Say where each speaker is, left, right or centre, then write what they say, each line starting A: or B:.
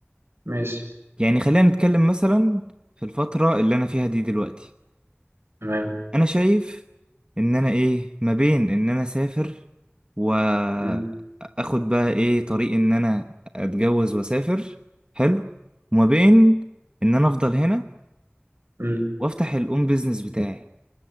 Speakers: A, on the right; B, on the right.
A: ماشي
B: يعني خلينا نتكلم مثلا في الفتره اللي انا فيها دي دلوقتي
A: تمام
B: انا شايف ان انا ايه ما بين ان انا اسافر واخد
A: مم.
B: بقى ايه طريق ان انا اتجوز واسافر حلو وما بين ان انا افضل هنا
A: مم.
B: وافتح الاون بيزنس بتاعي